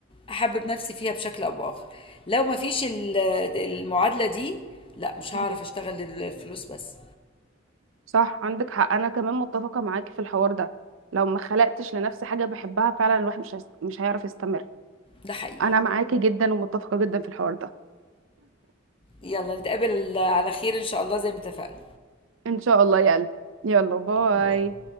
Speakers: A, on the left; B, on the right.
A: احبب نفسي فيها بشكل او باخر لو ما فيش المعادله دي لا مش هعرف
B: مم.
A: اشتغل الفلوس بس
B: صح عندك حق انا كمان متفقة معاكي في الحوار ده لو ما خلقتش لنفسي حاجة بحبها فعلا الواحد مش هيست- مش هيعرف يستمر
A: ده حقيقي
B: انا معاكي جدا ومتفقة جدا في الحوار ده
A: يلا نتقابل على خير إن شاء الله زي ما اتفقنا
B: ان شاء الله يا قلبي يلا باي
A: باي